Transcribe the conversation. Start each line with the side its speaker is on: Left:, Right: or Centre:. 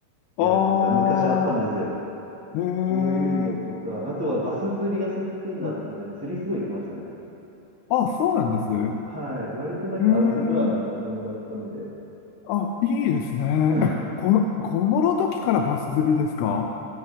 Right: やつが昔あったんですよ。
Left: ああ、えー。
Right: そういうのとか、あとはバス釣りが好きだったので、
Left: うん
Right: 釣りすごい行ってましたね。
Left: あ、そうなんです。え
Right: はい。割となんかアウトドアな子供だったので、
Left: ー。あ、いいですね。
Right: <laughs>
Left: え、この、子供の時からバス釣りですか